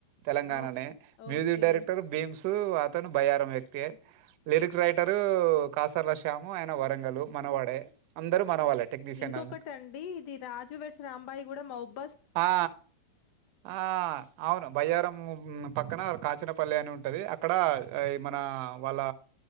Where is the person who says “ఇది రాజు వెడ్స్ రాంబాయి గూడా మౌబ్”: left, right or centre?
Left